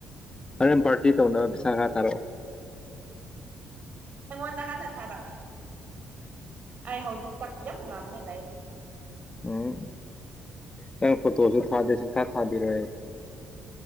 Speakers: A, on the left; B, on the right.
A: ꯍꯣꯔꯦꯟ ꯄꯥꯔꯇꯤ ꯇꯧꯅꯕ ꯄꯩꯁꯥ ꯈꯔ ꯊꯥꯔꯛꯑꯣ
B: ꯑꯩꯉꯣꯟꯗ ꯍꯥꯟꯅ ꯊꯥꯔꯛꯑꯣ ꯑꯩ ꯍꯧꯖꯤꯛ ꯄꯠ ꯌꯥꯝ ꯂꯥꯞꯅ ꯂꯩ
A: ꯎꯝ ꯅꯪ ꯐꯣꯇꯣꯁꯨ ꯊꯥꯗꯦ ꯁꯨꯛꯊꯥ ꯊꯥꯕꯤꯔꯣꯏ ꯑꯩ